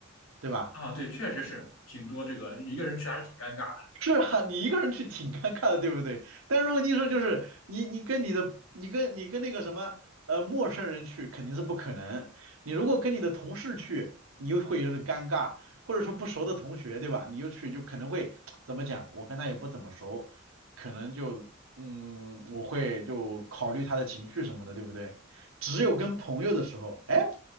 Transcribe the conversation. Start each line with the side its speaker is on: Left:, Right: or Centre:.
Right: 对吧？
Left: <laughs> 啊，对，确实是挺多这个一个人去还是挺尴尬的。
Right: 是啊，你一个人去挺尴尬的，对不对？但是问题是，就是你你跟你的你跟你跟那个什么呃陌生人去肯定是不可能。你如果跟你的同事去，你又会有点尴尬，或者说不熟的同学，对吧？你又去就可能会 <tsk> 怎么讲？我跟他也不怎么熟，可能就嗯我会就考虑他的情绪什么的，对不对？只有跟朋友的时候，哎，